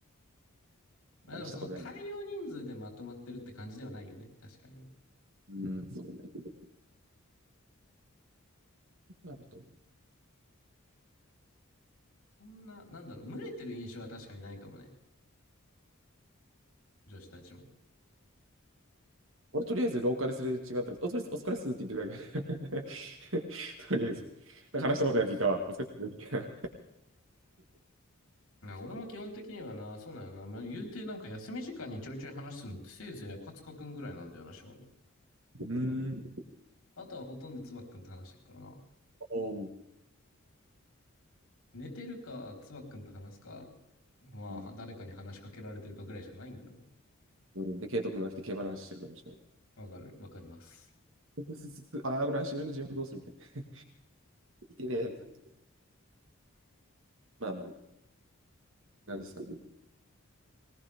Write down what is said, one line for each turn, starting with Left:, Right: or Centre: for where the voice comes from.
Left: まあでもその大量人数でまとまってるって感じではないよね。
Right: 話したことない。う
Left: 確かにね。
Right: ーん、そうね。あると思う
Left: そんな、なんだろう、群れてる印象は確かにないかもね。女子たちも。
Right: 俺とりあえず廊下ですれ違ったやお疲れっす、お疲れっすって言ってただけ。<laughs> とりあえず。なんか話したことないやついたわ。
Left: うっす
Right: お疲れっすみたいな。
Left: な俺も基本的にはな、そうなんよな。まあ、言うてなんか休み時間にちょいちょい話すのってせいぜい赤塚くんぐらいなんだよな、正味。
Right: うーん。
Left: あとはほとんどつばっくんと話してるからな。
Right: <laughs> おー
Left: 寝てるか、つばっくんと話すか、まあ、
Right: うん
Left: 誰かに話しかけられてるかぐらいしかないんだよね。
Right: うん、で、ケイト君が来て競馬の話してるかもしれない。
Left: わかる、わかります。
Right: <laughs> ああ、これ走るの自分どうするみたいな。見てねえ。まあまあまあ。なんですかね。